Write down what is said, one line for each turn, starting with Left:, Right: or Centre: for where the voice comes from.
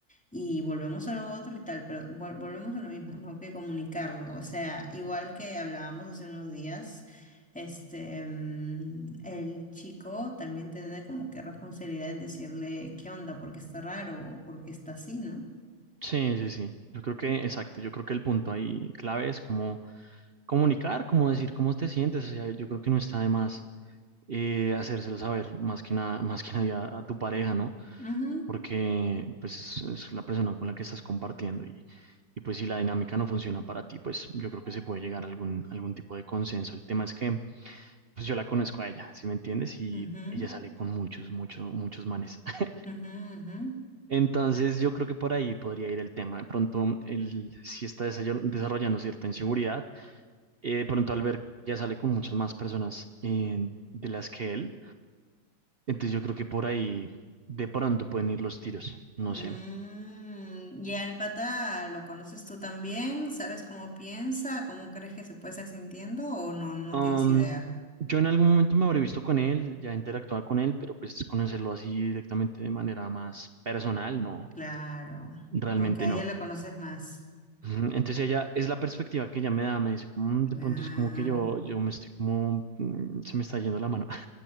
Centre: y volvemos a lo otro y tal, pero vol- volvemos a lo mismo, ¿no? Que comunicarlo, o sea, igual que hablábamos hace unos días. Este, mm, el chico también tiene como que responsabilidad en decirle qué onda, porque está raro o porque está así, ¿no?
Right: sí, sí, sí. Yo creo que, exacto, yo creo que el punto ahí clave es como comunicar, como decir cómo te sientes, o sea, yo creo que no está de más eh, hacérselo saber más que nada, <laughs> más que nadie a, a tu pareja, ¿no?
Centre: Ujú,
Right: Porque pues es, es la persona con la que estás compartiendo y, y pues si la dinámica no funciona para ti, pues yo creo que se puede llegar a algún, algún tipo de consenso. El tema es que pues yo la conozco a ella, ¿sí me entiendes? Y
Centre: ujú.
Right: ella sale con muchos, muchos, muchos manes. <laughs>
Centre: Ujú, ujú.
Right: Entonces yo creo que por ahí podría ir el tema. De pronto, él si está desay- desarrollando cierta inseguridad Eh, de pronto Albert ya sale con muchas más personas eh, de las que él. Entonces yo creo que por ahí de pronto pueden ir los tiros, no
Centre: Mm,
Right: sé.
Centre: y al pata lo conoces tú también, ¿sabes cómo piensa? ¿Cómo crees que se puede estar sintiendo? ¿O no, no
Right: Am,
Centre: tienes idea?
Right: yo en algún momento me habré visto con él, ya interactuaba con él, pero pues conocerlo así directamente de manera más personal, no,
Centre: Claro,
Right: realmente
Centre: como que a
Right: no.
Centre: ella la conoces más.
Right: Ujú, Entonces ella es la perspectiva que ella me da, me dice, "Mm, de
Centre: Claro,
Right: pronto es como que yo, yo me estoy como, mm, se me está yendo la mano